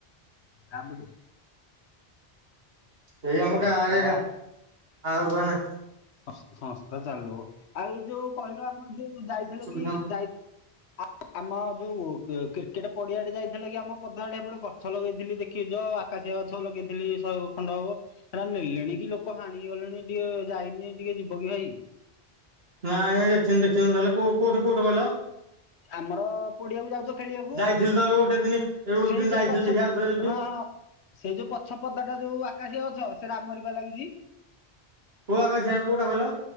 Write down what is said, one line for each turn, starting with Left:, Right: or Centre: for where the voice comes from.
Left: କାମୁଡେ
Right: ଏଇ ଆମ ଗାଁରେ
Left: ହଁ
Right: ଗା- ଆଉ କୁହ ନା।
Left: ସଂ ସଂସ୍ଥା ଚାଲୁ। ଆଉ ଏ ଯୋଉ କହିଲ ଆମ ଯୋଉ ଯାଇଥିଲ
Right: ସୁବିଧା
Left: କି ଯାଇ ଆ ଆମ ଯୋଉ ଏ କ୍ରିକେଟ୍ ପଡିଆ ଆଡେ ଯାଇଥିଲ କି ଆମ ପଦା ଆଡେ। ଏପଟେ ଗଛ ଲଗେଇଥିଲି ଦେଖିଚ ଆ କାଶିଆ ଗଛ ଲଗେଇଥିଲି ଶଏ ଉ ଖଣ୍ଡ ହବ ସେଟା ନେଲେଣି କି, ଲୋକ ହାଣି ଗଲେଣି, ଟିକେ ଯାଇନି ଟିକେ ଯିବକି ଭାଇ?
Right: ନା ନାଇଁ ଦେଖିନି ଦେଖିନି ତାହେଲେ କୋଉଠି କୋଉଠ କହିଲ?
Left: ଆମର ପଡିଆକୁ ଯାଉଚ ଖେଳିବାକୁ
Right: ଯାଇଥିଲି ତ ଏବେ ଗୋଟେ ଦିନ ଏବେ ଗୋଟେ
Left: ସେଇ
Right: ଦିନ ଯାଇଥିଲି
Left: ଯୋଉ ପଛ
Right: ଦେଖିବା ଆଉଥରେ ଯିବି।
Left: ହଁ ହଁ ସେ ଯୋଉ ପଛ ପଦା ଟା ଯୋଉ ଆକାଶୀ ଗଛ ସେରା ଆମରି ବା ଲାଗିଚି।
Right: କୁହ କ ସେ କୋଉଟା କହିଲ